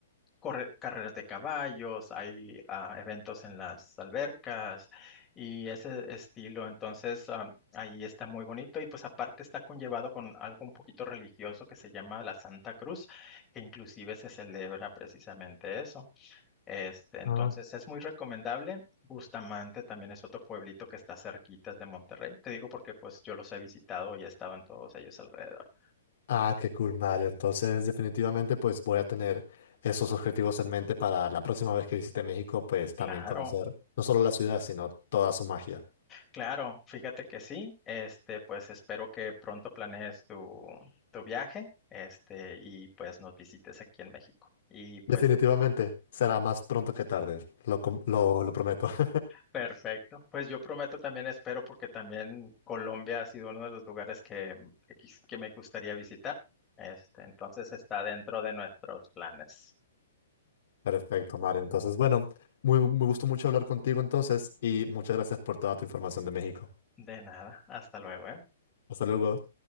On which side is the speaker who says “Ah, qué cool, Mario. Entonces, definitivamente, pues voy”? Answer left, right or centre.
Left